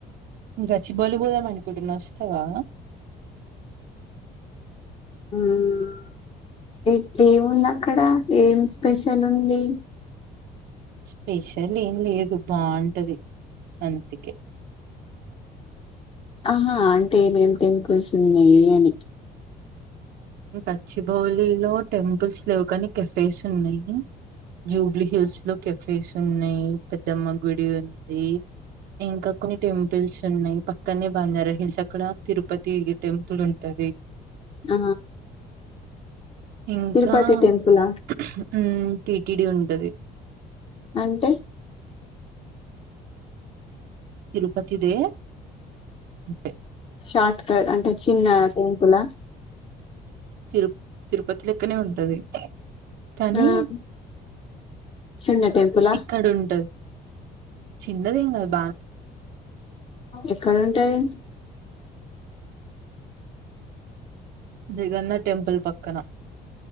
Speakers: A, on the right; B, on the left.
A: మ్మ్ గచ్చిబౌలి కి పోదాం. అనుకుంటున్నాస్తవా
B: హ్మ్మ్ ఎ టుఏముంది. అక్కడ ఏం స్పెషల్ ఉంది.
A: స్పెషల్ ఏం లేదు బాంటది. అం త్తిక్కే
B: ఆహా అంటే యేమేం టెంపుల్స్ ఉన్నాయి. అని
A: హ్ గచ్చిబౌలి లో టెంపుల్స్ లేవు, కాని కెఫేస్ ఉన్నాయి. జూబ్లీ హిల్స్ లో కఫేస్ ఉన్నాయి. పెద్దమ్మ గుడి ఉన్ ఉందీ. ఇంకా కొన్ని టెంపుల్స్ ఉన్నాయి. ప్ప క్కన్నే బంజారా హిల్స్, అక్కడ తిరుపతి ఇగే టెంపుల్ ఉంటది.
B: ఆ
A: ఇంకా
B: తిరుపతి టెంపులా
A: మ్మ్ హ్మ్మ్ టి టి డి ఉంటది.
B: అంటే
A: తిరుపతిదే <unintelligible>
B: షార్ట్కట్ అంటే చిన్న టెంపులా
A: తిరుప్ తిరుపతి లెక్కనే ఉంటది. కానీ
B: ఆ హ్ చిన్న టెంపులా
A: ఇక్కడుంటది. చిన్నదేం కాద్
B: ఎక్కడ ఉంటాదన్
A: జెగన్న టెంపుల్ పక్కన